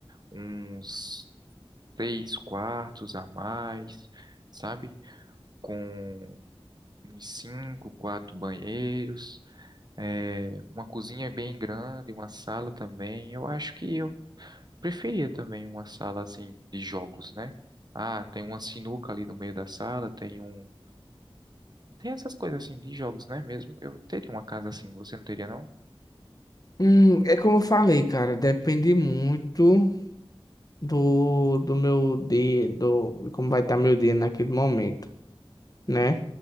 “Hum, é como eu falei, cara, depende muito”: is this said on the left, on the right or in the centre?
Left